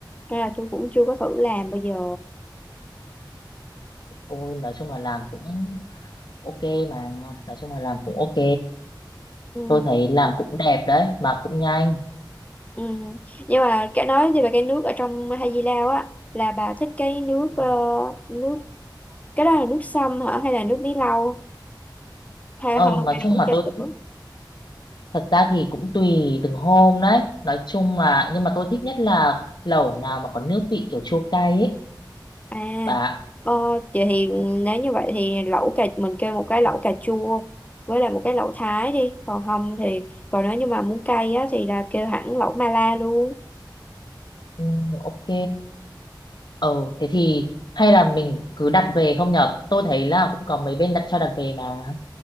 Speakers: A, on the left (about 20°); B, on the left (about 65°).
A: nên là tôi cũng chưa có thử làm bây giờ
B: ôi nói chung là làm cũng ok mà nói chung là làm cũng ok
A: ừ.
B: tôi thấy làm cũng đẹp đấy mà cũng nhanh
A: Ừ. Nhưng mà cái nói về cái nước ở trong Hai Di Lao á là bà thích cái nước
B: Ừ.
A: ờ, nước cái đó là nước sâm hả hay là nước bí lau hay
B: ờ,
A: hơn
B: nói
A: hay
B: chung
A: là uống
B: mà
A: trà
B: tôi
A: sữa
B: cũng- thật ra thì cũng tùy từng hôm đấy nói chung là nhưng mà tôi thích nhất là lẩu nào mà có nước vị kiểu chua cay ấy
A: à
B: bà
A: ờ, chị thì nếu như vậy thì lẩu cà mình kêu một cái lẩu cà chua với lại một cái lẩu Thái đi còn không thì còn nếu như mà muốn cay á thì là kêu hẳn lẩu Mala luôn
B: ừ, ok ừ thế thì hay là mình cứ đặt về không nhở tôi thấy là cũng có mấy bên đặt cho đặt về mà